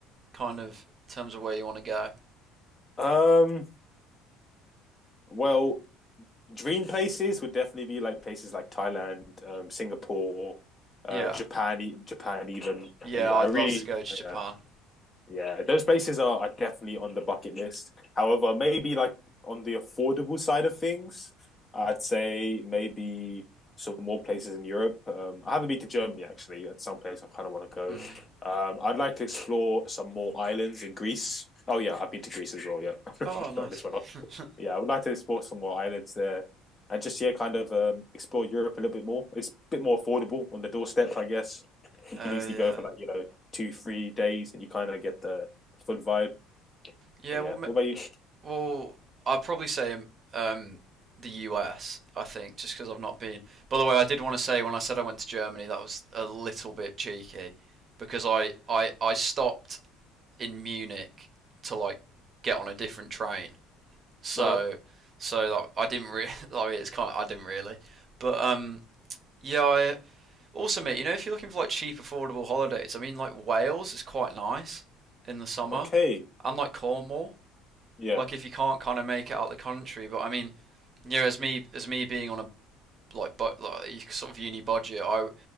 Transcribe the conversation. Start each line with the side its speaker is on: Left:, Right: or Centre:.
Right: Kind of in terms of where you want to go.
Left: um well, dream places would definitely be like places like Thailand, um Singapore, uh
Right: Yeah.
Left: Japan, e- Japan even.
Right: Yeah,
Left: You know,
Right: I'd
Left: I really
Right: love to go to
Left: yeah.
Right: Japan.
Left: Yeah, those places are, are definitely on the bucket list. However, maybe like on the affordable side of things, I'd say maybe some more places in Europe. Um, I haven't been to Germany actually. At some place I kind of want to go.
Right: Mm.
Left: Um, I'd like to explore some more islands in Greece. Oh yeah, I've been to Greece as well. Yeah, <laughs>
Right: Oh, nice.
Left: I missed one
Right: <laughs>
Left: yeah, I would like to explore some more islands there, and just yeah, kind of um, explore Europe a little bit more. It's a bit more affordable on the doorstep, I guess. You
Right: Oh,
Left: can easily
Right: yeah.
Left: go for like you know two, three days, and you kind of get the, full vibe.
Right: Yeah,
Left: But
Right: well,
Left: yeah,
Right: ma-
Left: what about you?
Right: well, I'd probably say um, the US, I think, just because I've not been. By the way, I did want to say when I said I went to Germany, that was a little bit cheeky because I, I, I stopped in Munich to like get on a different train. So
Left: Uh-huh.
Right: so that I didn't really. <laughs> I mean, it's kind of I didn't really, but um, yeah, I Also, mate, you know, if you're looking for like cheap, affordable holidays, I mean, like Wales is quite nice in the summer,
Left: Okay.
Right: and like Cornwall.
Left: Yeah.
Right: Like if you can't kind of make it out of the country, but I mean, you know, as me as me being on a like but like sort of uni budget, I